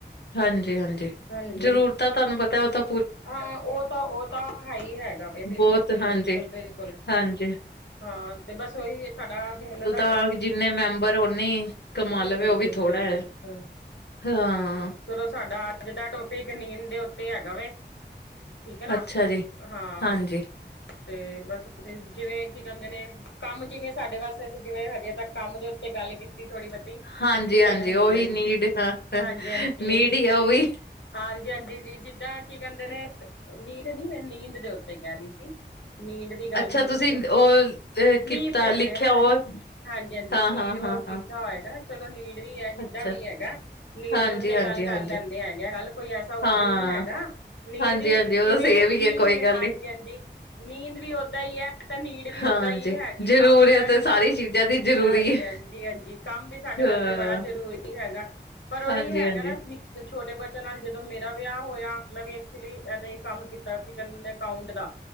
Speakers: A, on the left; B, on the left.
A: ਹਾਂਜੀ-ਹਾਂਜੀ।
B: ਹਾਂਜੀ
A: ਜ਼ਰੂਰਤਾਂ ਤਾਨੂੰ ਪਤਾ ਉਤਾ
B: ਹਾਂ ਉਹ ਤਾਂ- ਉਹ ਤਾਂ ਹੈ ਹੀ ਹੈਗਾ ਵੇ ਬਿਲਕੁਲ
A: ਬਹੁਤ
B: ਬਿਲ-
A: ਹਾਂਜੀ
B: ਬਿਲਕੁਲ ਬਿਲਕੁਲ।
A: ਹਾਂਜੀ
B: ਹਾਂ, ਤੇ ਬਸ ਉਹੀ ਐ ਸਾਡਾ ਹੁਣ ਦਾ
A: ਹੋਰ ਜਿੰਨੇ ਮੈਂਬਰ ਉਨੇ ਈ, ਕਮਾ
B: ਬਿਲਕੁਲ
A: ਲਵੇ ਉਹ
B: ਬਿਲ
A: ਵੀ ਥੋੜਾ
B: ਬਿਲ
A: ਹੈ।
B: ਬਿਲਕੁਲ
A: ਹਾਂ
B: ਚਲੋ ਸਾਡਾ ਅੱਜ ਦਾ ਟੋਪਿਕ ਨੀਂਦ ਦੇ ਉੱਤੇ ਹੈਗਾ ਵੇ। ਠੀਕ ਐ ਨਾ,
A: ਅੱਛਾ ਜੀ
B: ਹਾਂ।
A: ਹਾਂਜੀ
B: ਤੇ ਬਸ ਅਸੀਂ ਜਿਵੇਂ ਕੀ ਕਹਿੰਦੇ ਨੇ, ਕੰਮ ਜਿਵੇਂ ਸਾਡੇ ਵਾਸਤੇ ਅਸੀਂ ਜਿਵੇਂ ਹਜੇ ਤੱਕ ਕੰਮ ਦੇ ਉੱਤੇ ਗੱਲ ਕੀਤੀ ਥੋੜ੍ਹੀ ਵੱਡੀ।
A: ਹਾਂਜੀ-ਹਾਂਜੀ
B: ਤੇ ਹਾਂਜੀ-ਹਾਂਜ,
A: ਉਹੀ ਨੀਡ ਹਾਂ
B: ਹਾਂਜੀ-ਹਾਂਜੀ
A: ਨੀਡ ਹੀ ਆ ਉਹ ਵੀ।
B: ਹਾਂਜੀ, ਹਾਂਜੀ ਜਿੱਦਾਂ ਕੀ ਕਹਿੰਦੇ ਨੇ, ਨੀਂਦ ਨੀ ਮੈਂ ਨੀਂਦ ਦੇ ਉੱਤੇ ਕਹਿ ਰਹੀ ਸੀ। ਨੀਂਦ ਦੀ ਗੱਲ
A: ਅੱਛਾ
B: ਨੀ ਕੀਤੀ।
A: ਤੁਸੀਂ
B: ਸਲੀਪ
A: ਉਹ ਅ, ਕੀਤਾ
B: ਦੇ
A: ਲਿਖਿਆ
B: ਉੱਤੇ ਹ ਹਾਂਜੀ-
A: ਉਹ
B: ਹਾਂਜੀ,
A: ਹਾਂ-ਹਾਂ-ਹਾਂ-ਹਾਂ
B: ਨੀਡ ਵਰਕ ਲਿਖਿਆ ਹੋਏਗਾ। ਚਲੋ ਨੀਡ ਵੀ ਹੈ, ਜਿੱਦਾਂ
A: ਅੱਛਾ
B: ਵੀ ਹੈਗਾ ਨੇਟ
A: ਹਾਂਜੀ-ਹਾਂਜੀ-ਹਾਂਜੀ
B: ਦੇ ਉੱਤੇ ਗੱਲ ਕਰ ਲੈਂਦੇ ਹੈਜੇ ਗੱਲ ਕੋਈ ਐਸਾ ਉਹ
A: ਹਾਂ
B: ਨਹੀਂ ਹੈਗਾ। ਨੀਡ
A: ਹਾਂਜੀ-ਹਾਂਜੀ
B: ਵੀ
A: ਉਹ
B: ਜਿਵੇਂ
A: ਤਾਂ ਸੇਮ
B: ਨੀਂਦ।
A: ਹੀ ਹੈ ਕੋਈ ਗੱਲ
B: ਹਾਂਜੀ
A: ਨੀ
B: ਹਾਂਜੀ। ਨੀਂਦ ਵੀ ਓਦਾਂ ਈ ਐ ਤਾਂ ਨੀਡ ਵੀ
A: ਹਾਂਜੀ।
B: ਓਦਾਂ ਹੀ ਹੈਗੀ
A: ਜ਼ਰੂਰੀਅਤ
B: ਕੰਮ ਕਰਨ,
A: ਹੈ,
B: ਹਾਂਜੀ।
A: ਸਾਰੀ ਚੀਜ਼ਾਂ ਦੀ ਜ਼ਰੂਰੀ ਹੈ।
B: ਹਾਂਜੀ ਹਾਂਜੀ। ਕਾੰਮ ਵੀ ਸਾਡੇ ਵਾਸਤੇ
A: ਹਾਂ
B: ਬੜਾ ਜ ਈ ਹੈਗਾ, ਪਰ ਓਈ
A: ਹਾਂਜੀ-ਹਾਂਜੀ।
B: ਹੈਗਾ ਨਾ, ਨਿਕ ਛੋਟੇ ਬੱਚੇਆਂ ਨਾਲ ਜਦੋਂ ਮੇਰਾ ਵੇਆ ਹੋਏਆ ਮੈਂ ਵੀ ਐਕਚੁਲੀ ਐਦਾ ਈ ਕਾੰਮ ਕੀਤਾ ਸੀ, ਕੈਂਦੇ ਨੇ ਅਕਾਊਂਟ ਦਾ।